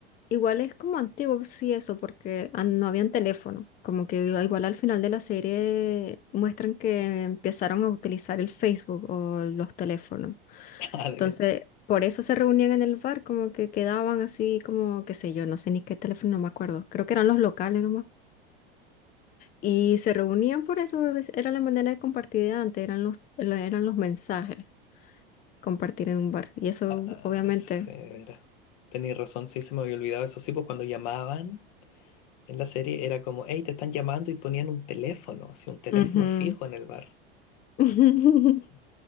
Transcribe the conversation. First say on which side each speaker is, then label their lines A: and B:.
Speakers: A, on the left; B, on the left.
A: Igual es como antiguo, sí, eso, porque an- no habían teléfono. Como que igual al final de la serie muestran que empezaron a utilizar el Facebook o los teléfonos.
B: <laughs> Ah, de
A: Entonces,
B: ver.
A: por eso se reunían en el bar, como que quedaban así, como, qué sé yo, no sé ni qué teléfono, no me acuerdo. Creo que eran los locales nomás. Y se reunían por eso, es- era la manera de compartir de antes, eran los, lo- eran los mensajes, compartir en un bar. Y eso,
B: Ah, ah,
A: obviamente.
B: sí, de veras. Tenéis razón, sí, se me había olvidado eso. Sí, pues cuando llamaban en la serie era como, hey, te están llamando y ponían un teléfono, así un teléfono
A: ujú.
B: fijo en el bar.
A: <laughs>